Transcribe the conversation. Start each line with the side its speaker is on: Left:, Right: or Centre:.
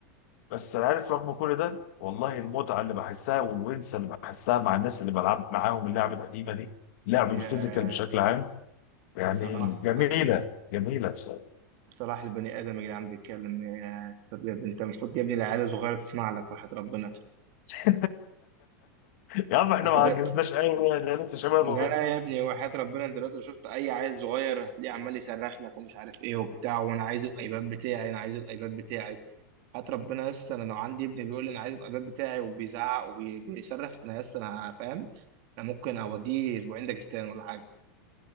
Left: بس انا عارف رغم كل ده والله المتعه اللي بحسها والونسه اللي بحسها مع الناس اللي بلعب معاهم اللعبه القديمه دي لعب
Right: يا
Left: الفيزيكال بشكل عام يعني
Right: صلاح
Left: جميله جميله بصراحه
Right: صلاح البني ادم يا جدعان بيتكلم يا استاذ بجد انت المفروض يا ابني العيال الصغيره تسمع لك وحياه ربنا
Left: <laughs> يا عم احنا
Right: انت
Left: ما عجزناش قوي احنا لسه شباب
Right: لا
Left: اهو
Right: يا ابني وحياة ربنا انت دلوقتي لو شفت اي عيل صغير هتلاقيه عمال يصرخ لك ومش عارف ايه وبتاع وانا عايز الايباد بتاعي انا عايز الايباد بتاعي هات ربنا يس انا لو عندي ابني بيقول لي انا عايز الايباد بتاعي وبيزعق وبيصرخ انا يس انا فاهم انا ممكن اوديه اسبوعين داجستان ولا حاجه